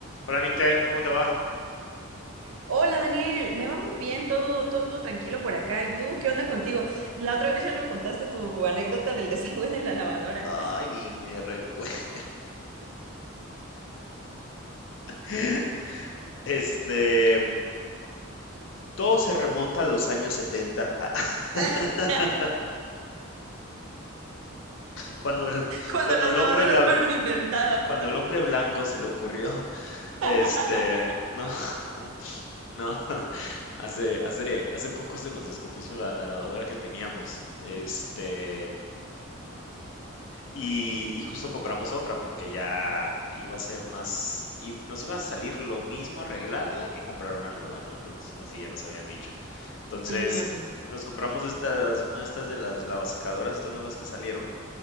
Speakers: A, on the left (about 60°); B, on the right (about 80°).
A: Hola Nicte, ¿cómo te va?
B: Hola Daniel, me va muy bien, todo, todo tranquilo por acá. ¿Y tú qué onda contigo? La otra vez ya no me contaste tu anécdota del desagüe de la lavadora.
A: Ay, ni me recuerdes. <laughs> Este, todo se remonta a los años 70, ah, <laughs>
B: <laughs>
A: cuando el,
B: Cuando
A: cuando
B: las
A: el
B: lavadoras
A: hombre, la-
B: fueron inventadas.
A: cuando el hombre blanco se le ocurrió, este,
B: <laughs>
A: no, <laughs> no, <laughs> hace, hace, hace poco se nos descompuso la, la lavadora que teníamos, este, Y, y justo compramos otra porque ya iba a ser más, y nos iba a salir lo mismo arreglarla que comprar una nueva, ¿no? Nos- así ya nos habían dicho. Entonces,
B: Mm, ok,
A: eh, nos compramos estas, una de estas de las lavasecadoras, estas nuevas que salieron,